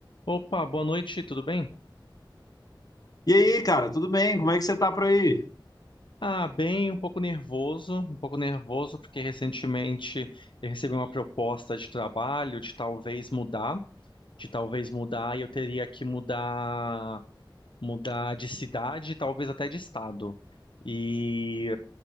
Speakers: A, on the left; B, on the left.
A: Opa, boa noite, tudo bem?
B: E aí, cara, tudo bem? Como é que você tá por aí?
A: Ah, bem, um pouco nervoso, um pouco nervoso porque recentemente eu recebi uma proposta de trabalho de talvez mudar, de talvez mudar e eu teria que mudar, mudar de cidade, talvez até de estado. E,